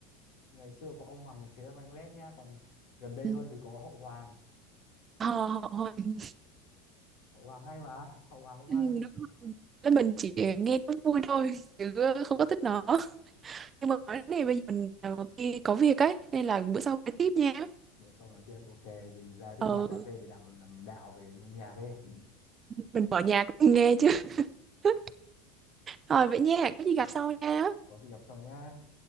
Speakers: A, on the left (about 70°); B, on the right (about 30°).
A: ngày xưa có ông Hoàng nhạc chế là Manh Lét nhá còn gần đây
B: ừ,
A: hơn thì có Hậu Hoàng
B: Ờ, hồi-
A: Hậu Hoàng hay mà Hậu Hoàng cũng
B: ừ,
A: hay
B: đúng rồi. Thế mình chỉ nghe nó vui thôi chứ không có thích nó nhưng mà nói đến này bây giờ mình ờ, đi có việc ấy nên là bữa sau phải tiếp nha
A: bữa sau nói tiếp ok mình ra thích
B: ờ
A: ra cà phê để làm làm đạo về âm nhạc đi
B: mình mở nhạc nghe chứ <laughs> rồi vậy nha có gì
A: vậy
B: gặp sau nha
A: có gì gặp sau nhá